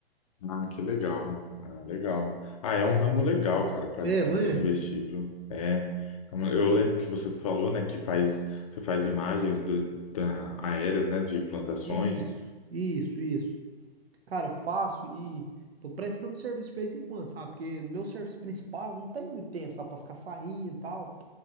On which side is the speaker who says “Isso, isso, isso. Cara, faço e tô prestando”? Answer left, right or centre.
Right